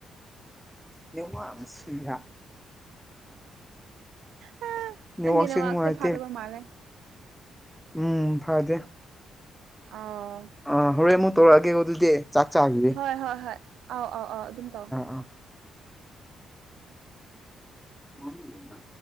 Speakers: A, in the centre; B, on the right (about 80°).
A: ꯅꯉꯝ ꯁꯤꯁꯤꯡꯔꯥ
B: ꯑ
A: ꯅꯦꯠꯋꯥꯛꯁꯦ
B: ꯅꯪꯒꯤꯅꯦ
A: ꯅꯨꯡꯉꯥꯏꯇꯦ
B: ꯋꯥꯥꯛꯁꯦ ꯐꯥꯠꯇꯕ ꯃꯥꯜꯂꯦ
A: ꯎꯝ ꯐꯗꯦ
B: ꯑꯥ
A: ꯑ ꯍꯣꯔꯦ ꯑꯃꯨ ꯇꯧꯔꯛꯑꯒꯦꯀ ꯑꯗꯨꯗꯤ ꯆꯥꯛ ꯆꯥꯗꯨꯗꯤ
B: ꯍꯣꯏ ꯍꯣꯏ ꯍꯣꯏ ꯑꯥꯎ ꯑꯥꯎ ꯑꯥꯎ ꯑꯗꯨꯝ ꯇꯧ
A: ꯑꯥ ꯍꯗ